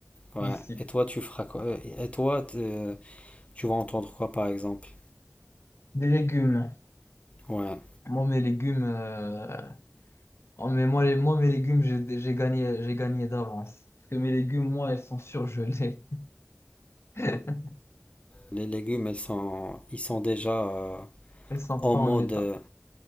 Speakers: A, on the left; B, on the left.
A: Ouais.
B: Ici.
A: Et toi, tu feras quoi? Euh, Et toi, t'es- tu vas entendre quoi, par exemple?
B: Des légumes.
A: Ouais.
B: Moi, mes légumes, euh, oh, mais moi, les, moi, mes légumes, j'ai j'ai gagné, j'ai gagné d'avance. Parce que mes légumes, moi, elles sont surgelées. <laughs>
A: Les légumes, ils sont, ils sont déjà euh,
B: Elles sont pas
A: en mode.
B: en état.
A: euh,